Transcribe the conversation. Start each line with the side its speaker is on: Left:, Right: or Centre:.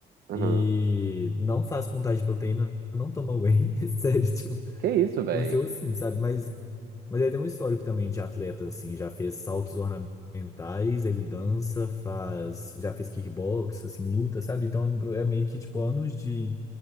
Right: Aham.
Left: e não faz contagem de proteína, não toma whey. <laughs> Sério, tipo,
Right: Que isso, velho?
Left: nasceu assim, sabe? Mas, mas ele tem um histórico também de atleta, assim, já fez saltos ornamentais, ele dança, faz, já fez kickbox, assim, luta, sabe? Então é meio que, tipo, anos de,